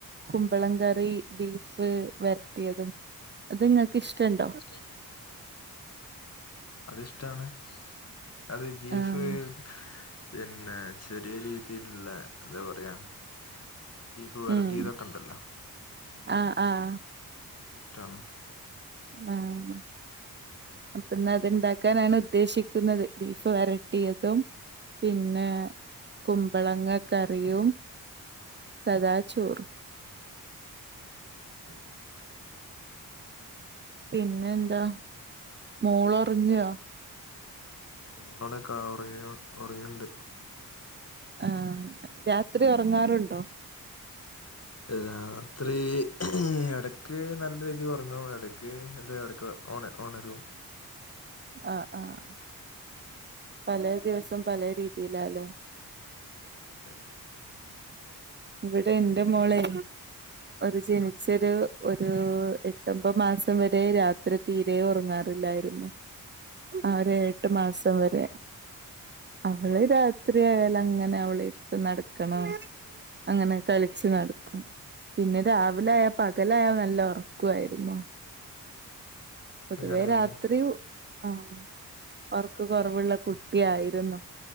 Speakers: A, on the right; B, on the left.
A: കുമ്പളംകറി ബീഫ് വരത്തിയതും അത്ങ്ങൾക്ക് ഇഷ്ടുണ്ടോ
B: രണ്ടോ അത്ഷ്ടാണ് അത് ബീഫ്
A: ആഹ്
B: പിന്നെ ചെറിയ രീതിയിലുള്ള എന്താ പറയാ ബീഫ് വെരട്ടിയതൊക്കെണ്ടല്ലോ
A: ഉം ആഹ് ആഹ്
B: അഒക്ക് ഇഷ്ടാണ്
A: ആഹ് അപ്പന്ന് അത്ണ്ടാക്കാനാണ് ഉദ്ദേശിക്കുന്നത് ബീഫ് വെറട്ടിയതും പിന്നെ കുമ്പളങ്ങ കറിയും സദാചോറും
B: ഉം അതെ അതെ
A: പിന്നെ എന്താ മോളറിങ്യോ
B: മളൊക്കെ ഉറങ്ങ ഉറങ്ങിണ്ട്
A: ആഹ് രാത്രി ഒറങ്ങാറുണ്ടോ
B: രാത്രി എടക്ക് നല്ല രീതിൽ ഉറങ്ങുമ ഇടയ്ക്ക് എന്താ ഇടയ്ക്ക് ഓണ ഓണരു
A: ആഹ് ആഹ് പലെ ദിവസം പലെ രീതിയിലാല്ലെ
B: അതെതെ
A: ഇവിടെ എന്റെ മോളെ ഒരു ജനിച്ചൊരു ഒരു എട്ടൊമ്പത് മാസം വരെ രാത്രി തീര ഉറങ്ങാറില്ലായിരുന്നു ആര് എട്ട് മാസം വരെ അവള രാ എത്രരിയാല അങ്ങനെ അവളട്ത്ത് നടക്കണം അങ്ങനെ കളിച്ച് നടക്കും പിന്നെ രാവിലായ പകലായോ നല്ലോറ ക്കുയിരുന്നോ പൊതുവെ
B: അങ്ങനെയാണ്
A: രാത്രി ആഹ് ഒർക്ക് കുറവുള്ള കുട്ടിയായിരുന്നു